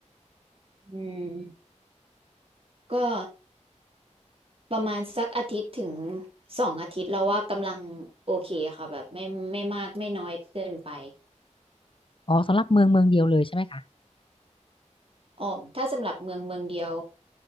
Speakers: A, on the right; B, on the left.
A: อืมก็ประมาณสักอาทิตย์ถึงสองอาทิตย์แล้วว่ากำลังโอเคค่ะแบบไม่ไม่มากไม่น้อยเกินไป
B: อ๋อสำหรับเมืองเมืองเดียวเลยใช่ไหมคะ
A: อ๋อถ้าสำหรับเมืองเมืองเดียว